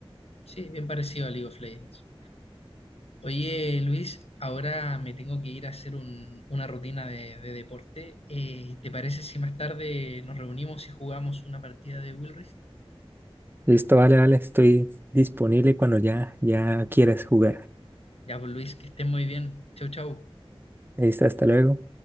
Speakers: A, on the left (about 85°); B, on the right (about 20°).
A: sí, bien parecido a League of Legends. Oye, Luis, ahora me tengo que ir a hacer un- una rutina de, de deporte. Eh, ¿te parece si más tarde nos reunimos y jugamos una partida de Will Rift?
B: Listo, vale, vale, estoy disponible cuando ya, ya quieras jugar.
A: Ya, pues Luis, que estés muy bien. Chau, chau.
B: Listo, hasta luego.